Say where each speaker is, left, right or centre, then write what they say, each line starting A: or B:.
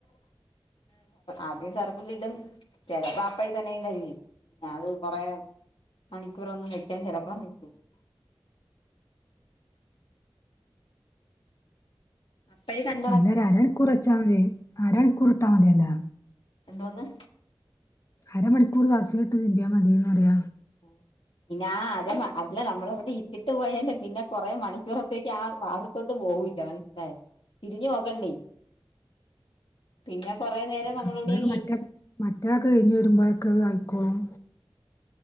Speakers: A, on the left; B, on the left.
A: ആദ്യം സർപ്പു ഇടും ചെലപ്പോ അപ്പഴ തന്നെയും കഴിയും ഞാനി ത് കൊറെയെ മണിക്കൂർ ഒന്നും വയ്ക്കാൻ ചെലപ്പോ നിൽക്കൂ അപ്പഴ ക
B: അല്ലരു അരണക്കുറച്ചാൽ മതി അരണിക്കൂറിട്ടാൽ മതിയല്ലൊ
A: എന്തോന്ന്
B: അരമണിക്കൂർ സർഫിലിട്ട് തിരിമ്പിയാ മതിയന്ന് പറിയ
A: ആ പിന്നെ ആ അര അതില്ല നമ്മള അവിടെ ഇട്ടിട്ട് പോയല്ലേ പിന്നെ കൊറെ മണിക്കൂറത്തേക്ക് ആ വാർ തോട്ട് പോവൂല്ല മനസ്സിലായ തിരിഞ്ഞു നോക്കണ്ടേ പിന്നെ കൊറേ നേരം നമ്മളിവിടെ
B: അപ്പോഴൊക്കെ മറ്റേ മറ്റേൊക്കെ കഴിഞ്ഞ് വരുമ്പോഴൊക്കെത് ആയിക്കോളും